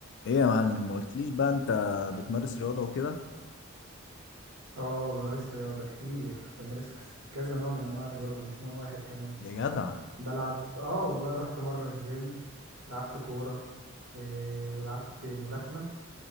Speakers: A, on the left; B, on the right.
A: ايه يا معلم ما قلتليش بقى انت بتمارس رياضة وكده
B: اه بمارس رياضة كتير بمارس كذا نوع من انواع الرياضة مش نوع واحد كمان
A: يا جدع
B: بلعب اه والله رحت مرة الجيم لعبت كورة إيه ولعبت ملاكمة